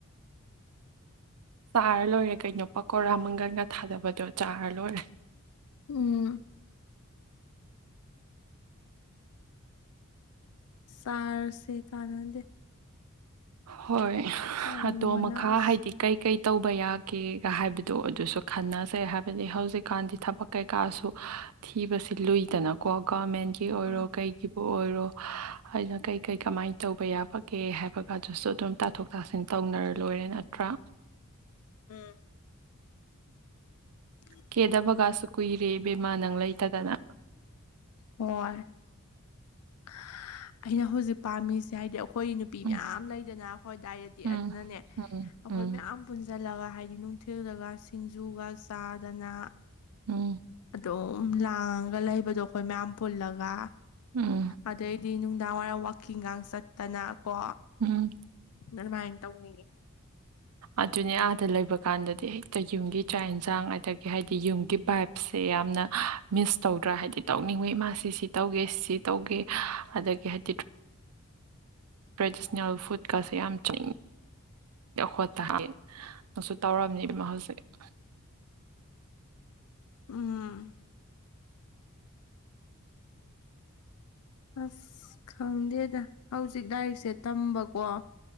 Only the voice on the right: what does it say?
ꯆꯥꯔ ꯂꯣꯏꯔꯦ ꯀꯩꯅꯣ ꯄꯀꯣꯔꯥ ꯃꯪꯒꯜꯒꯥ ꯊꯥꯗꯕꯗꯣ ꯆꯥꯔ ꯂꯣꯏꯔꯦ
ꯍꯣꯏ
ꯑꯗꯣ ꯃꯈꯥ
ꯍꯥꯏꯗꯤ ꯀꯩꯀꯩ ꯇꯧꯕ ꯌꯥꯒꯦꯒꯥ ꯍꯥꯏꯕꯗꯣ ꯑꯗꯨꯁꯨ ꯈꯟꯅꯁꯦ ꯍꯥꯏꯕꯗꯤ ꯍꯧꯖꯤꯛꯀꯥꯟꯗꯤ ꯊꯕꯛ ꯀꯩꯀꯥꯁꯨ ꯊꯤꯕꯁꯤ ꯂꯨꯏꯗꯅꯀꯣ ꯒꯣꯔꯃꯦꯟꯒꯤ ꯒꯤ ꯑꯣꯏꯔꯣ
ꯀꯩꯒꯤꯕꯨ ꯑꯣꯏꯔꯣ ꯍꯥꯏꯅ ꯀꯩ ꯀꯩ ꯀꯃꯥꯏꯟ ꯇꯧꯕ ꯌꯥꯕ ꯀꯦ ꯍꯥꯏꯕꯒ ꯑꯗꯨꯁꯨ ꯑꯗꯨꯝ ꯇꯥꯊꯣꯛ ꯇꯥꯁꯤꯟ ꯇꯧꯅꯔꯥ ꯂꯣꯏꯔꯦ ꯅꯠꯇ꯭ꯔꯥ
ꯀꯦꯗꯕꯒꯁꯨ ꯀꯨꯏꯔꯦ ꯏꯕꯦꯝꯃꯥ ꯅꯪ ꯂꯩꯇꯗꯅ
ꯎꯝ
ꯎꯝ
ꯎꯝ
ꯎꯝ
ꯎꯝ
ꯎꯝ
ꯎꯝ
ꯑꯗꯨꯅꯦ ꯑꯥꯗ ꯂꯩꯕ ꯀꯥꯟꯗꯥꯗꯤ ꯍꯦꯛꯇꯥ ꯌꯨꯝꯒꯤ ꯆꯥꯛ ꯍꯦꯟꯖꯥꯡ ꯑꯗꯒꯤ ꯍꯥꯏꯗꯤ ꯌꯨꯝꯒꯤ ꯚꯥꯏꯞ ꯁꯦ ꯌꯥꯝꯅ ꯃꯤꯁ ꯇꯧꯗ꯭ꯔꯥ ꯍꯥꯏꯗꯤ ꯇꯧꯅꯤꯡꯕꯩ ꯃꯥ ꯁꯤ ꯁꯤ ꯇꯧꯒꯦ ꯁꯤ ꯇꯧꯒꯦ ꯑꯗꯒꯤ <unintelligible> ꯇ꯭ꯔꯦꯗꯤꯁꯅꯦꯜ ꯐꯨꯠꯀꯁꯦ ꯌꯥꯝ ꯆꯤꯡ <unintelligible>